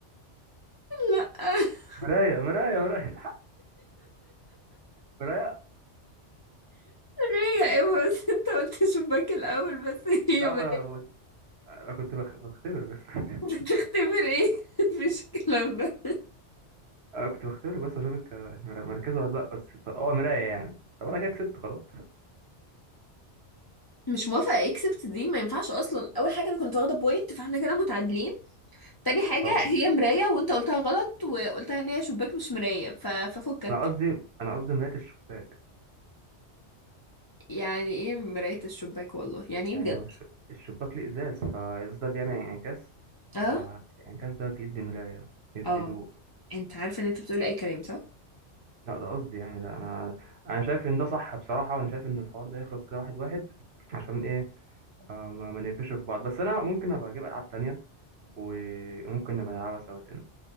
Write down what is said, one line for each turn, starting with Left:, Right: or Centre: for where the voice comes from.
Left: لا <laughs>
Right: مراية مراية مراية <laughs> مراية
Left: هي ايوه بس <laughs> انت قلت شباك الأول بس
Right: لا
Left: هي مراية
Right: ما انا بت- انا كنت بخ- بختبر بس <laughs>
Left: بتختبر ايه <laughs> مفيش الكلام ده
Right: انا كنت بختبر بس اشوفك مركزه ولا لا بس اه مراية يعني طب انا كده كسبت خلاص
Left: مش موافقة اكسبت دي ما ينفعش اصلا اول حاجة انا كنت واخدة بوينت فاحنا كده متعادلين تاني حاجة
Right: اه
Left: هي مراية وانت قلتها غلط وقلتها ان هي شباك مش مراية ف... ففكك
Right: انا قصدي انا قصدي مراية الشباك
Left: يعني ايه مراية الشباك والله يعني ايه
Right: يعني
Left: بجد
Right: مش الشباك ليه ازاز فالازاز ده بيعمل انعكاس
Left: اه
Right: فالانعكاس ده بيدي مراية يدي
Left: اه
Right: ضوء
Left: انت عارفة ان انت بتقول اي كلام صح
Right: لا ده قصدي يعني ده انا انا شايف ان ده صح بصراحة وانا شايف ان الحوار ده يخلص كده واحد واحد عشان ايه آه ما ما نقفش في بعض بس انا ممكن ابقى اجيب العاب تانية وممكن نبقى نلعبها سوا تاني